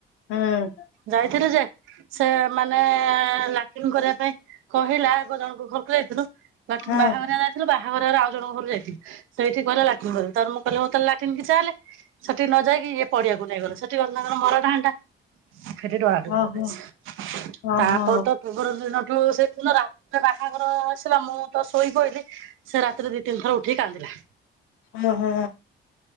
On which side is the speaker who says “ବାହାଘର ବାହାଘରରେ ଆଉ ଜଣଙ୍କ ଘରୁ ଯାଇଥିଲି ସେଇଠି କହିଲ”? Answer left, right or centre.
Right